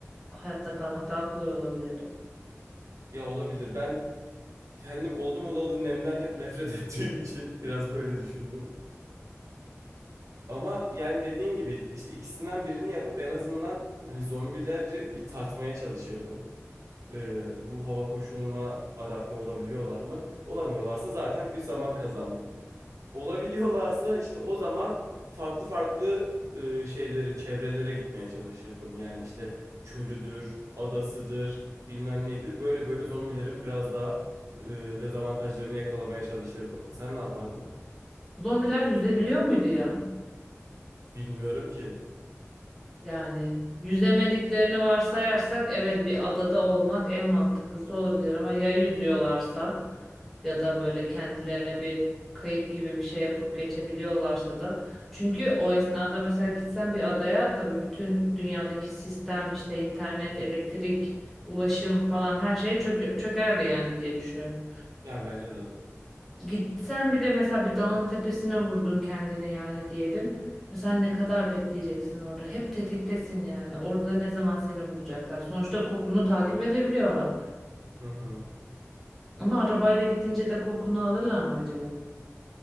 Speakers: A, in the centre; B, on the right.
A: Hayatta kalmak daha kolay olabilirdi.
B: ya olabilir ben kendim oldum olalı nemden hep nefret <laughs> ettiğim için biraz böyle düşündüm. Ama yani dediğin gibi işte ikisinden birini yapıp en azından hani zombileri bir tartmaya çalışırdım. Ee, bu hava koşuluna adapte olabiliyorlar mı? Olamıyorlarsa zaten bir zaman kazandım. olabiliyorlarsa işte o zaman farklı farklı e, şeyleri, çevrelere gitmeye çalışırdım. Yani işte çölüdür, adasıdır, bilmem nedir. Böyle böyle zombilerin biraz daha e, dezavantajlarını yakalamaya çalışırdım. Sen ne yapardın?
A: Zombiler yüzebiliyor muydu ya?
B: Bilmiyorum ki.
A: Yani yüzemediklerini varsayarsak evet bir adada olmak en mantıklısı olabilir ama ya yüzüyorlarsa ya da böyle kendilerine bir kayık gibi bir şey yapıp geçebiliyorlarsa da çünkü o esnada mesela gitsen bir adaya tabii bütün dünyadaki sistem işte internet, elektrik, ulaşım falan her şey çökü- çökerdi yani diye düşünüyorum.
B: Ya bence de.
A: Gitsen bile mesela bir dağın tepesine vurdun kendini yani diyelim. Mesela ne kadar bekleyeceksin orada? Hep tetiktesin yani. Orada ne zaman seni bulacaklar? Sonuçta kokunu takip edebiliyorlar.
B: Hı hı.
A: Ama arabayla gidince de kokunu alırlar mı acaba?